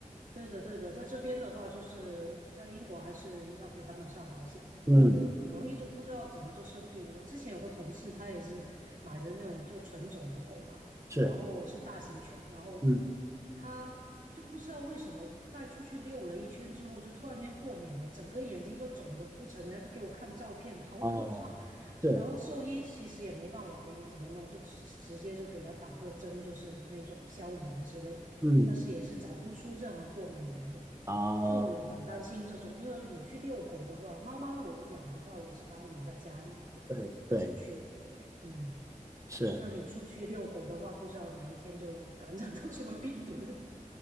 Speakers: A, on the right; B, on the right.
A: 对的，对的，在这边的话，就是在英国还是要给他们上保险的。我觉得很容易就不知道怎么就生病了。
B: 嗯，
A: 我之前有个同事，他也是买着那种就纯种的狗嘛，
B: 是，
A: 然后是大型犬，然后
B: 嗯，
A: 他就不知道为什么带出去遛了一圈之后，就突然间过敏了，整个眼睛就肿得不成人样。他给我看照片，好可怕。
B: 哦，是，
A: 然后兽医其实也没办法给你怎么弄，就直直接就给他打个针，就是那种消炎之类的。
B: 嗯，
A: 但是也是找不出任何过敏源的，
B: 啊、
A: 就有很担心这种，因为你去遛狗的话，猫猫我养的话，我是打算养在家里嘛，就不不出去了。
B: 对对
A: 嗯，
B: 是。
A: 那你出去遛狗的话，不知道哪一天就感染到什么病毒的。